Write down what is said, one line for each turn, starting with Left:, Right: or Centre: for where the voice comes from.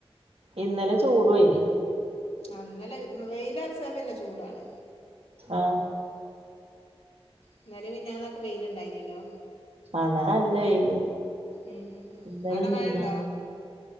Right: ഇന്നലെ ചൂട് എയ്നി
Left: ഇന്നലെ വെയിലർച്ചാ പിന്നെ ചൂടാണ്
Right: ആഹ
Left: ഇന്നലെ മിനിഞ്ഞാന്നൊക്കെ വെയില് ഇണ്ടായിഞ്ഞല്ലോ
Right: അതാ അല്ല വേല
Left: ഉം ഉം
Right: ഇന്നലും
Left: അവിടെ മഴ
Right: മിഞ്ഞാന്നും
Left: ഉണ്ടോ